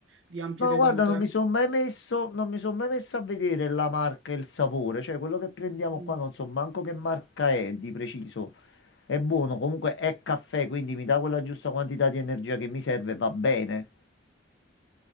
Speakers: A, on the right; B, on the left.
A: di ampie
B: No,
A: vedute?
B: guarda, non mi sono mai messo, non mi sono mai messo a vedere la marca e il sapore, cioè quello che prendiamo
A: Mm.
B: qua non so manco che marca è di preciso. È buono, comunque è caffè, quindi mi dà quella giusta quantità di energia che mi serve, e va bene.